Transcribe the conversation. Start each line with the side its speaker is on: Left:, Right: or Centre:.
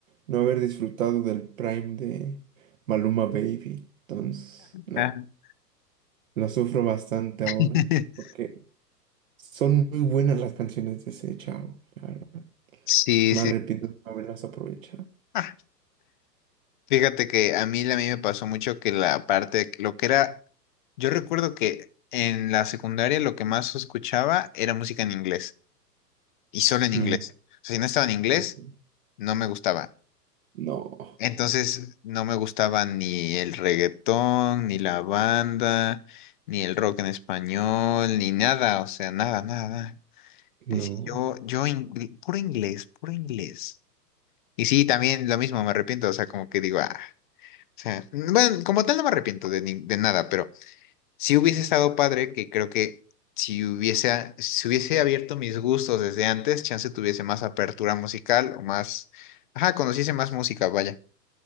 Right: no haber disfrutado del Prime de Maluma Baby. Entonces, no,
Left: ajá.
Right: lo sufro bastante
Left: <laughs>
Right: ahora. Porque son muy buenas las canciones de ese chavo, la verdad.
Left: Sí,
Right: Me
Left: sí.
Right: arrepiento de no haberlas aprovechado.
Left: Ah, Fíjate que a mí, a mí me pasó mucho que la parte, de que lo que era, yo recuerdo que en la secundaria lo que más escuchaba era música en inglés. y solo en
Right: Mm,
Left: inglés. O sea, si no estaba en inglés,
Right: ok.
Left: no me gustaba.
Right: No,
Left: Entonces, no me gustaba ni el reggaetón, ni la banda, ni el rock en español, ni nada, o sea, nada, nada. nada.
Right: no.
Left: Decía, yo, yo, ingl- puro inglés, puro inglés. Y sí, también lo mismo, me arrepiento, o sea, como que digo, ah, o sea, bueno, como tal no me arrepiento de, ni- de nada, pero si hubiese estado padre, que creo que si hubiese, si hubiese abierto mis gustos desde antes, chance tuviese más apertura musical o más, ajá, conociese más música, vaya,